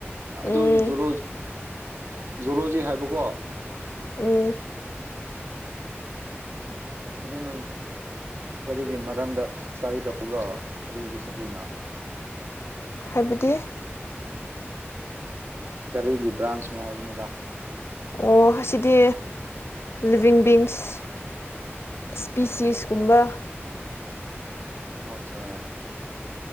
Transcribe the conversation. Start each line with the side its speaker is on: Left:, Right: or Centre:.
Right: ꯑꯗꯨ
Left: ꯎꯝ
Right: ꯖꯂꯣ ꯖꯣꯂꯣꯖꯤ ꯍꯥꯏꯕꯀꯣ
Left: ꯎꯝ
Right: ꯑꯗꯨ ꯅꯪ ꯀꯔꯤꯒꯤ ꯃꯔꯝꯗ ꯏꯁꯇꯥꯗꯤ ꯇꯧꯕ꯭ꯔꯣ ꯑꯗꯨꯒꯤ ꯁꯕꯖꯦꯛꯅ
Left: ꯍꯥꯏꯕꯗꯤ
Right: ꯀꯔꯤꯒꯤ ꯕ꯭ꯔꯥꯟꯁꯅꯣ ꯍꯥꯏꯕꯅꯤꯗ
Left: ꯑꯣ ꯑꯁꯤꯗꯤ ꯂꯤꯕꯤꯡ ꯕꯤꯟꯁ ꯏꯁꯄꯤꯁꯤꯁꯀꯨꯝꯕ
Right: ꯑꯆꯥ